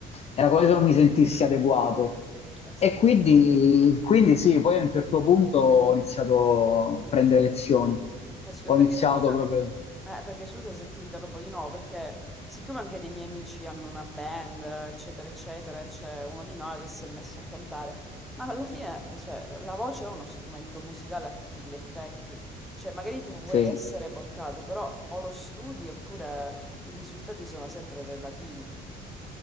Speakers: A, on the left; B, in the centre.
A: era come se non mi sentissi adeguato.
B: Eh sì.
A: E quindi, quindi sì, poi a un certo punto ho iniziato a prendere lezioni.
B: Eh, scu-
A: Ho
B: Perché
A: iniziato
B: scusa,
A: proprio...
B: eh, perché scusa se ti interrompo di nuovo, perché siccome anche dei miei amici hanno una band, eccetera, eccetera, e c'è uno di noi che si è messo a cantare, ma alla fine, eh, cioè, la voce è uno strumento musicale a tutti gli effetti, cioè magari tu puoi
A: Sì,
B: Certo. essere portato, però o lo studi oppure i risultati sono sempre relativi.